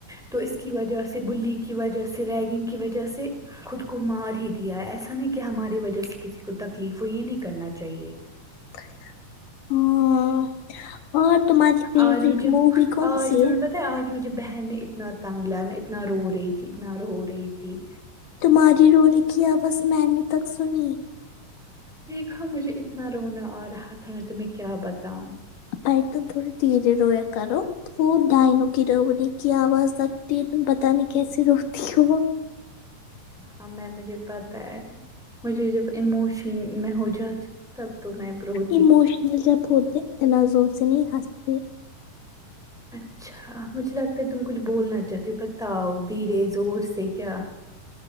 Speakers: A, in the centre; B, on the left.
A: تو اس کی وجہ سے بلی کی وجہ سے ریگنگ کی وجہ سے خود کو مار ہی دیا ہے ایسا نہیں کہ ہماری وجہ سے کسی کو تکلیف ہو یہ نہیں کرنا چاہیے
B: <unintelligible> ہاں اور تمہاری فیوریٹ
A: آج مجھے
B: مووی کون
A: آج
B: سی
A: تو
B: ہے
A: میں پت آج مجھے بہن نے اتنا تنگ لایا میں اتنا رو رہی تھی اتنا رو رہی تھی
B: تمہاری رونے کی آواز میں نے تک سنی
A: دیکھا مجھے اتنا رونا آ رہا تھا میں تمہیں کیا بتاؤں
B: آئندہ تھوڑا دیھرے رو یا کرو وہ ڈائنوں کی رونے کی آواز لگتی ہے تم پتا نہیں کیسے روتی ہو
A: اں میں مجھے پتا ہے مجھے جب اموشن میں ہو جات تب تو میں برو
B: اموشنل جب ہوتےاتنا زور سے نہیں ہستے
A: اچھا مجھے لگتا ہے تم کچھ بولنا چاہتے ہو بتاؤ دھیرے زور سے کیا